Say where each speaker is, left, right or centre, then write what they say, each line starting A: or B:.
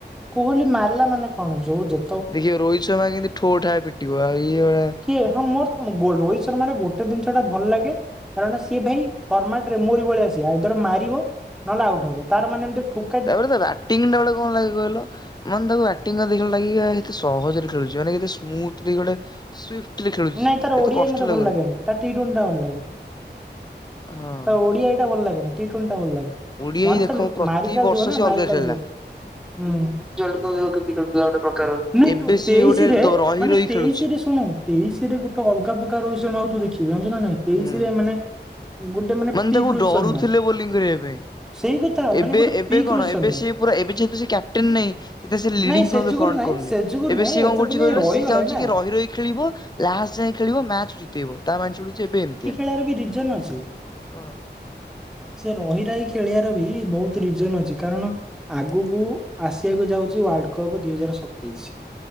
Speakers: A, in the centre; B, on the left.
A: କୋହଲୀ ମାରିଲା ମାନେ କଣ? ଯୋଉ ଯେ
B: ଦେଖିବ ରୋହିତ ଶର୍ମା କେମିତି ଠୋ ଠା ପିଟିବ ଆଉ ଇଏ ଭଳିଆ
A: କିଏ ହଁ ମୋର ରୋହିତ ଶର୍ମାରେ ଗୋଟେ ଜିନିଷ ଟା ଭଲ ଲାଗେ କାରଣ ସିଏ ଭାଇ ଫର୍ମାଟ ରେ, ମୋର ଭଳିଆ ସିଏ, ଆଇଦର ମାରିବ ନହେଲେ ଆଉଟ ହବ ତାର ମାନେ ଏ ଠୁ
B: ତା ପରେ ତା ବ୍ୟାଟିଙ୍ଗଟା ବେଳେ କଣ ଲାଗିବ ଭଲ, ମାନେ ତାକୁ ବ୍ୟାଟିଂ ଏତେ ଭଲ ଲାଗେ କି, ସହଜରେ ଖେଳୁଛି ମାନେ କେତେ ସ୍ମୁଥଲି ଗୋଟେ ସୁଫ୍ଟିଲି ଖେଳୁଛି
A: ନାଇଁ
B: ସିଏ
A: ତାର ଓଡିଆଇ
B: ଏତେ କଷ୍ଟ
A: ମତେ
B: ଲାଗୁନି।
A: ଭଲ ଲାଗେନି ତା ଟି ଟ୍ୱେଣ୍ଟି ଟା ଭଲ ଲାଗେ
B: ହଁ।
A: ତା ଓଡ଼ିଆ ଆଇ ଟା ଭଲ ଲାଗେନି ଟି ଟୁେଣ୍ଟି ଟା ଭଲ ଲାଗେ।
B: ଓଡିଆଇ
A: ୱାନସ
B: ଦେଖ
A: ଟା
B: ପ୍ରତିବର୍ଷ
A: ମାରି ଚାଲିଥିବ ନା,
B: ସିଏ ଅଲଗା
A: ମାରି ଚାଲିଥିବ।
B: ଖେଳିଲା।
A: ହୁଁ। ୱାର୍ଲଡ କପ୍ କେମିତି ଖେଳୁଥିଲା ଗୋଟେ ପ୍ରକାର। ମୁଁ ଏଠୁ
B: ଏବେ ସିଏ
A: ତେଇଶିରେ,
B: ଗୋଟେ ଦ ରହି
A: ମାନେ
B: ରହି
A: ତେଇଶିରେ
B: ଖେଳୁଛି
A: ଶୁଣୁ ତେଇଶିରେ ଗୋଟେ ଅଲଗା ପ୍ରକାର ରୋହିତ୍ ଶର୍ମା ତୁ ଦେଖିବୁ, ଜାଣିଛୁନା ନାଇଁ ତେଇଶିରେ
B: ହୁଁ।
A: ମାନେ। ଗୋଟେ
B: ମାନେ
A: ପିକ୍
B: ତାକୁ
A: ରୋହିତ
B: ଡରୁଥିଲେ
A: ଶର୍ମା
B: ବୋଲିଂ କରିବା ପାଇଁ।
A: ସେଇ କଥା ମାନେ
B: ଏବେ
A: ଗୋଟେ
B: ଏବେ
A: ପିକ୍
B: କଣ,
A: ରୋହିତ ଶର୍ମା।
B: ଏବେ ସିଏ ପୁରା ଏବେ ଯେହେତୁ ସେ କ୍ୟାପଟେନ୍ ନାହିଁ ସେ ତ ସେ ଲିଡିଙ୍ଗ
A: ନାଇଁ ଯୁଗୁରୁ
B: ଫ୍ରଣ୍
A: ନାଇଁ
B: କରୁନି,
A: ସେ ଯୁଗୁରୁ
B: ଏବେ
A: ନାଇଁ
B: ସିଏ
A: ଏତେ
B: କଣ କରୁଛି
A: ଦିନ
B: କହିଲୁ,
A: ରହିଗଲେ
B: ସିଏ ଚାହୁଛି
A: ନା
B: କି ରହି ରହି ଖେଳିବ ଲାଷ୍ଟ ଯାଏଁ ଖେଳିବ ମ୍ୟାଚ୍ ଜିତେଇବ ତା ମାଇଣ୍ଡ ସେକ୍ ହେଉଛି ଏବେ ଏମିତିଆ।
A: ତାର ବି ରିଜନ ଅଛି।
B: କଣ?
A: ସେ ରହି ରହି ଖେଳିବାର ବି ବୋହୁତ୍ ରିଜନ ଅଛି କାରଣ ଆଗକୁ ଆସିବାକୁ ଯାଉଛି ୱାର୍ଲଡ କପ୍ ଦୁଇ ହଜାର ସ ତେଇଶି,